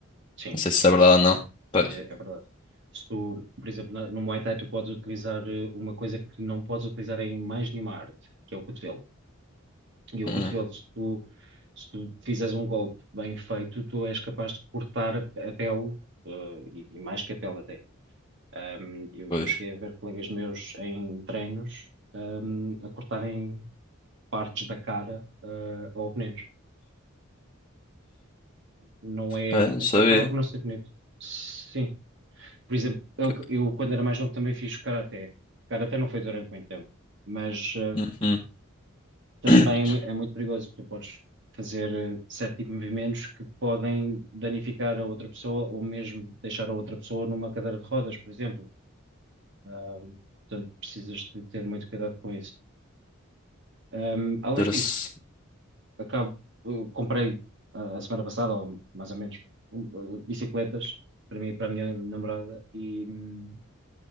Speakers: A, on the right; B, on the left.
A: sim.
B: Não sei se é verdade ou não. Pois.
A: É, é verdade. Se tu, por exemplo, na- no Muay Thai tu podes utilizar eh, uma coisa que não podes utilizar em mais nenhuma arte, que é o cotovelo. E o
B: Uhum,
A: cotovelo, se tu, se tu fizeres um golpe bem feito, tu és capaz de cortar a, a pele, eh, e, e mais que a pele até. Ahm, eu,
B: Pois.
A: eu cheguei a ver colegas meus em treinos, ahm, a cortarem partes da cara, eh, a oponentes. Não é,
B: Ah, não sabia.
A: acaba por não ser bonito. Sim, Por exemplo, eu,
B: Ok.
A: eu, quando era mais novo também fiz karaté. Karaté não foi durante muito tempo, mas eh,
B: Uhum. <clears throat>
A: também é, mui- é muito perigoso. Tu podes fazer eh, certo tipo de movimentos que podem danificar a outra pessoa ou mesmo deixar a outra pessoa numa cadeira de rodas, por exemplo. Ahm, portanto, precisas de ter muito cuidado com isso. Ahm, além
B: Interessante.
A: disso, acabo, eu comprei ah, a semana passada, ou mais ou menos, um, ah, bicicletas para mim e para a minha namorada e hum,